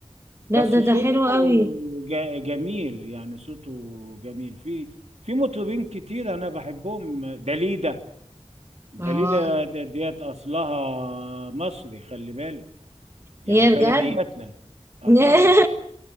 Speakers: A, on the right; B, on the right.
A: لا
B: بس
A: ده
B: صوته
A: ده حلو قوي
B: جا- جميل يعني صوته جميل في في مطربين كتير انا بحبهم داليدا داليدا
A: اه
B: د- ديت اصلها مصري خلي بالك يعني
A: ياه
B: بلدياتنا
A: بجد
B: اه
A: <laughs>